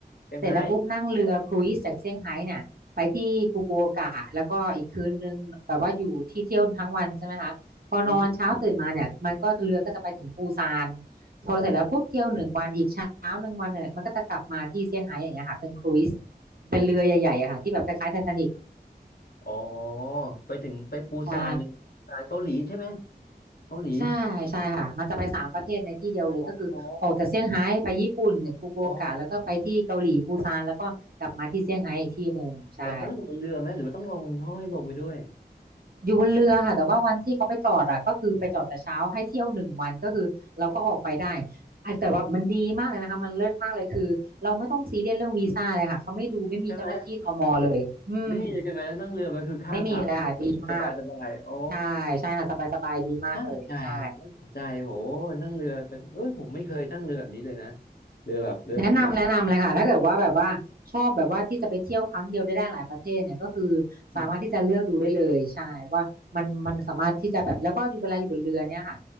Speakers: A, on the left; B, on the right.
A: เซี่ยงไฮ้
B: เสร็จแล้วปุ๊บนั่งเรือครูซจากเซี่ยงไฮ้เนี่ยไปที่ฟุกุโอกะแล้วก็อีกคืนนึงแบบว่าอยู่ที่เที่ยวทั้งวันใช่ไหมคะพอนอนเช้าตื่นมาเนี่ยมันก็เรือก็จะไปถึงปูซาน
A: อืม
B: พอเสร็จแล้วปุ๊บเที่ยวหนึ่งวันอีกเช้าหนึ่งวันเนี่ยมันก็จะกลับมาที่เซี่ยงไฮ้อย่างเงี้ยค่ะเป็นครูซ
A: โอ้
B: เป็นเลยอะค่ะที่แบบคล้ายๆไททานิก
A: อ๋อไปถึงไปปูซานเลยปูซานเกาหลีใช่ไหม
B: ใช่
A: เกาหลี
B: ใช่ใช่ค่ะมันจะไปสามประเทศในที่เดียวเลยก็คือออกจากเซี่ยงไฮ้ไปญี่ปุ่นฟุกุโอกะแล้วก็ไปที่เกาหลีปูซานแล้วก็กลับมาที่เซี่ยงไฮ้อีกที่หนึ่งใช่
A: อ๋ออ๋ออ๋อแต่ต้องอยู่บนเรือไหมหรือว่าต้องลงเขาให้ลงไปด้วย
B: อยู่บนเรือค่ะแต่ว่าวันที่เขาไปจอดอะก็คือไปจอดแต่เช้าให้เที่ยวหนึ่งวันก็คือเราก็ออกไปได้
A: อ๋อ
B: อ่ะแต่ว่ามันดีมากเลยนะคะมันเลิศมากเลยคือเราไม่ต้องซีเรียสเรื่องวีซ่าเลยค่ะเขาไม่ดูไม่มีเจ้าหน้าที่ตมเลยอืม
A: ใช่ไหมไม่มีเลยใช่ไหมนั่งเรือไปคือข้ามสามประเทศเลยสบายสบายโอ้
B: ไม่มีเลยค่ะดีมากใช่ใช่ค่ะสบายสบายดีมากเลยใช่
A: น่าสนใจน่าสนใจโหนั่งเรือเป็นเอ้ยผมไม่เคยนั่งเรือแบบนี้เลยนะเรือแบบเรือสำราญ
B: แนะนำแนะนำเลยค่ะถ้าเกิดว่าแบบว่าชอบแบบว่าที่จะไปเที่ยวครั้งเดียวได้ได้หลายประเทศเนี่ยก็คือสามารถที่จะเลือกดูได้เลยใช่ว่ามันมันสามารถที่จะแบบแล้วก็อยู่เวลาอยู่บนเรือเนี่ยค่ะ
A: อืม